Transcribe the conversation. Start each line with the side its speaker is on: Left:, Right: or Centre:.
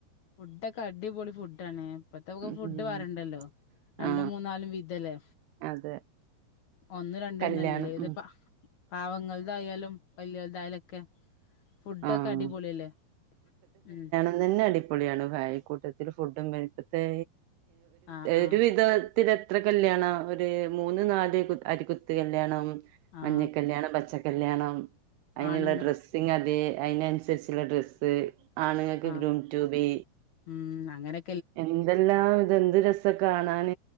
Left: ഫുഡൊക്കെ, അടിപൊളി ഫുഡ ആണ്, ഇപ്പത്തെുക്ക്
Right: ഉം
Left: ഫുഡ് പറണ്ടല്ലോ. രണ്ടും
Right: ആ
Left: മൂന്നാലും വീതല്ലേ.
Right: അതെ.
Left: ഒന്ന് രണ്ടൊന്നല്ലല്ലേ,
Right: കല്യാണം
Left: ഏതപ്പ
Right: ഉം
Left: പാവങ്ങളതായാലും വല്യതായാലൊക്കെ ഫുഡൊക്കെ
Right: ആഹ
Left: അടിപൊളിയല്ലേ, ഉം.
Right: അതന്നെ അടിപൊളിയാണ്. ഭായക്കൂട്ടത്തിൽ <unintelligible> ഫുഡും കഴിയ്യിട്ടേ
Left: ആഹ് ആഹ്
Right: ഒരു വിധം ഇത് എത്ര കല്യാണ ഒരു മൂന്ന് നാല് അരികുത്ത് കല്യാണം.
Left: ആഹ്
Right: മഞ്ഞ കല്യാണം, പച്ച കല്യാണം, അതിനുള്ള
Left: ആണുങ്ങ
Right: ഡ്രെസ്സിങ് വേ അയിനനുസരിച്ചുള്ള ഡ്രസ്സ് ആണുങ്ങൾക്ക്
Left: ആഹ്
Right: ഗ്രൂം റ്റു ബി
Left: ഉം, അങ്ങനെ
Right: എന്തെല്ലാം ഇതെന്ത് രസ കാണാൻ.